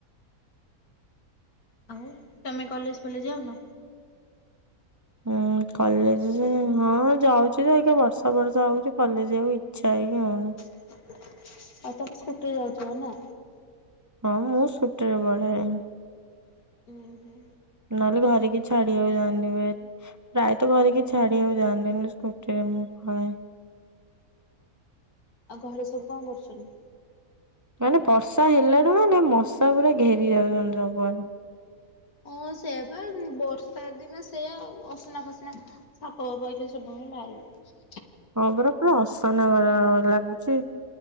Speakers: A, on the left; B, on the right.
A: ଆଉ ତମେ କଲେଜ ପଲେଜ ଯାଉନ?
B: ହୁଁ କଲେଜ ହଁ ଯାଉଚି ଜେ ଅଇକା ବର୍ଷା ଫର୍ଷା ହଉଚି କଲେଜ ଯିବାକୁ ଇଚ୍ଛା ହିଁ ହଉନି।
A: ଆଉ ତମେ ସ୍କୁଟି ରେ ଯାଉଥିବ ନା?
B: ହଁ ମୁଁ ସ୍କୁଟିରେ ପଳାଏ।
A: ଉ ହୁଁ।
B: ନହେଲେ ଘରେ କିଏ ଛାଡିିବାକୁ ଯାଆନ୍ତି <inaudible> ପ୍ରାୟତ ଘରେ କିଏ ଛାଡିବାକୁ ଯାଆନ୍ତି ନହେଲେ ସ୍କୁଟିରେ ମୁଁ ପଳାଏ।
A: ଆଉ ଘରେ ସବୁ କଣ କରୁଛନ୍ତି?
B: ମାନେ ବର୍ଷା ହେଲାଠୁ ମାନେ ମଶା ପୁରା ଘେରି ଯାଉଛନ୍ତି ସବୁଆଡେ।
A: ହଁ ସେଇଆ ପା ବର୍ଷା ଦିନ ସେଇଆ ଆଉ ଅସନା ଫସନା ସାପ ଫାପ ହେଇ ସେ ସବୁ ହିଁ ବାହାରିବ।
B: ହଁ ପରା ପୁରା ଅସନା ଭାରି ଲାଗୁଛି।